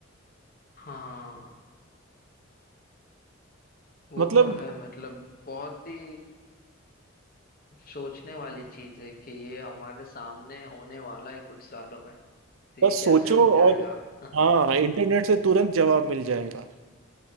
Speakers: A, on the left; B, on the right.
A: हाँ वो
B: मतलब
A: तो है मतलब बहुत ही सोचने वाली चीज है कि ये हमारे सामने होने वाला है कुछ सालों में तो ये
B: बस
A: कैसे
B: सोचो
A: हो जाएगा
B: और
A: <laughs>
B: हाँ इंटरनेट से तुरंत जवाब मिल जाएगा